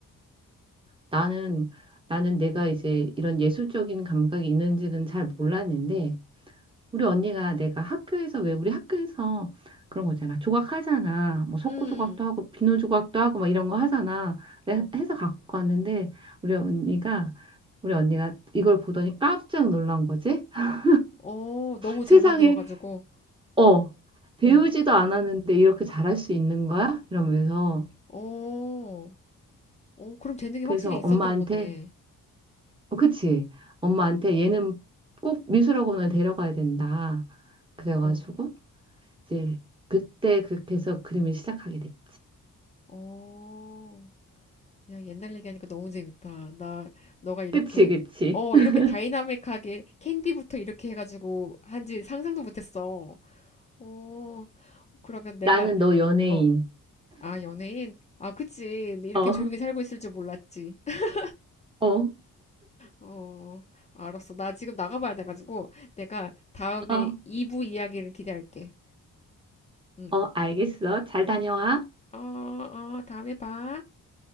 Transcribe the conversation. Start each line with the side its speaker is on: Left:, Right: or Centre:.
Right: 나는 나는 내가 이제 이런 예술적인 감각이 있는지는 잘 몰랐는데 우리 언니가 내가 학교에서 왜 우리 학교에서 그런 거 있잖아. 조각하잖아. 뭐 석고
Left: 음,
Right: 조각도 하고 비누 조각도 하고 막 이런 거 하잖아. 내가
Left: 어,
Right: 해서 갖고 왔는데 우리 언니가 우리 언니가 이걸 보더니 깜짝 놀란 거지. <laughs>
Left: 어, 너무
Right: 세상에
Left: 잘 만들어가지고,
Right: 어 배우지도
Left: 어.
Right: 않았는데 이렇게 잘할 수 있는 거야? 이러면서
Left: 어, 어, 그럼 재능이
Right: 그래서
Left: 확실히 있었던
Right: 엄마한테
Left: 거네.
Right: 어, 그치? 엄마한테
Left: 응,
Right: 얘는 꼭 미술학원을 데려가야 된다. 그래가지고
Left: 어,
Right: 이제 그때 그렇게 해서 그림을 시작하게 됐지.
Left: 어. 야, 옛날 얘기하니까 너무 재밌다. 나, 너가 이렇게,
Right: 그치, 그치.
Left: 어,
Right: <laughs>
Left: 이렇게 다이나믹하게 캔디부터 이렇게 해가지고 한지 상상도 못했어. 어, 그러면 내가,
Right: 나는 너 연예인.
Left: 어, 아, 연예인? 아, 그치. 네, 이렇게
Right: 어,
Left: 조용히 살고 있을 줄 몰랐지. <laughs>
Right: 어,
Left: 어, 알았어. 나 지금 나가봐야 돼가지고 내가 다음에
Right: 어,
Left: 2부 이야기를 기대할게. 응.
Right: 어, 알겠어. 잘 다녀와.
Left: 어, 어, 다음에 봐.